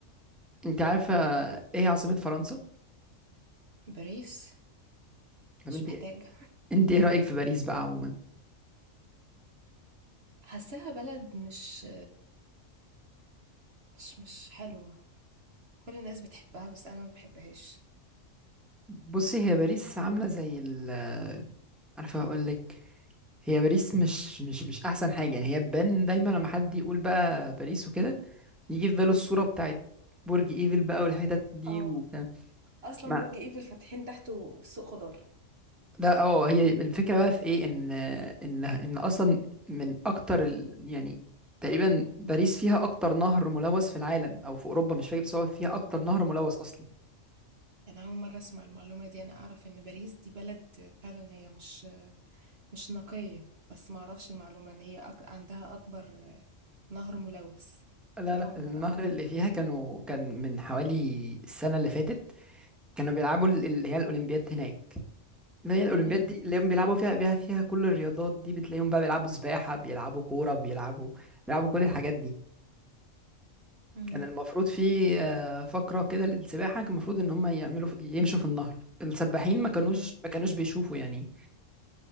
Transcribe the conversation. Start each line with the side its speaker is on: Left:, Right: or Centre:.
Centre: انت عارفة ايه عاصمة فرنسا؟
Right: باريس
Centre: طب
Right: مش
Centre: انت
Right: محتاجة
Centre: انت ايه رأيك في باريس بقى عموما؟
Right: حاساها بلد مش مش مش حلوة كل الناس بتحبها بس انا ما بحبهاش
Centre: بصي هي باريس عاملة زي ال عارفة هقولك هي باريس مش مش مش احسن حاجة يعني هي بان دايما لما حد يقول بقى باريس وكده يجي في باله الصورة بتاعت برج ايفل بقى والحتت دي
Right: اه
Centre: وبتاع
Right: اصلا
Centre: ما
Right: برج ايفل فاتحين تحته سوق خضار
Centre: لا اه هي الفكره بقى في ايه ان ان ان اصلا من اكتر ال... يعني تقريبا باريس فيها اكتر نهر ملوث في العالم او في اوروبا مش فاكر بس هو فيها اكتر نهر ملوث اصلا
Right: انا اول مرة اسمع المعلومة دي انا اعرف ان باريس دي بلد فعلا هي مش مش نقية بس ما اعرفش المعلومة ان هي أك... عندها اكبر نهر ملوث
Centre: لا
Right: دي
Centre: لا
Right: اول
Centre: النهر
Right: مرة اعرفها
Centre: اللي
Right: دلوقتي
Centre: فيها كانوا كان من حوالي السنه اللي فاتت كانوا بيلعبوا ال- اللي هي الاولمبياد هناك اللي هي الاولمبياد
Right: تمام
Centre: دي اللي هم بيلعبوا فيها بيها فيها كل الرياضات دي بتلاقيهم بقى بيلعبوا سباحه بيلعبوا كوره بيلعبوا بيلعبوا كل الحاجات دي
Right: امم
Centre: كان المفروض في آه، فقرة كده للسباحة كان المفروض ان هم يعملوا يمشوا في النهر السباحين ما كانوش
Right: تمام
Centre: ما كانوش بيشوفوا يعني